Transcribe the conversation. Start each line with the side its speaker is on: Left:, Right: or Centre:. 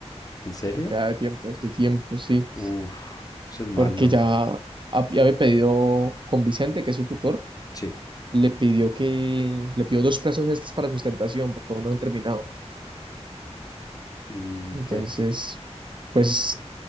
Left: ¿En serio?
Right: como queda de tiempos, de tiempos, sí.
Left: Uf, eso es malo.
Right: Porque ya hab- ya había pedido con Vicente, que es su tutor
Left: Sí.
Right: le pidió que, le pidió dos plazos extras para sustentación, porque aún no han terminado.
Left: ¿Y
Right: Entonces,
Left: qué?
Right: pues,